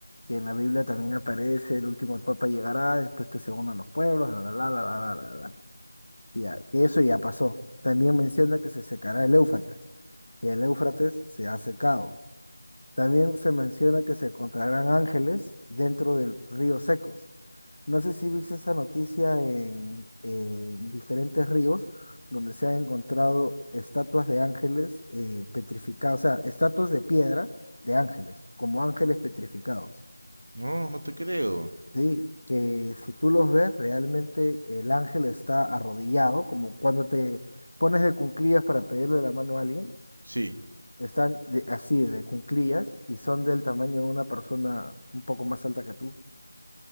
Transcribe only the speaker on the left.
Que en la Biblia también aparece el último papa llegará, después que se unan los pueblos, la, la, la, la, la, la, la, la. Ya, que eso ya pasó. También menciona que se secará el Éufrates, y el Éufrates se ha secado. También se menciona que se encontrarán ángeles dentro del río secos. No sé si viste esa noticia en, en diferentes ríos donde se han encontrado estatuas de ángeles eh, petrificados, o sea, estatuas de piedra de ángeles, como ángeles petrificados.
Sí, que si tú los ves, realmente el ángel está arrodillado, como cuando te pones de cuclillas para pedirle la mano a alguien,
están de- así de cuclillas y son del tamaño de una persona un poco más alta que tú.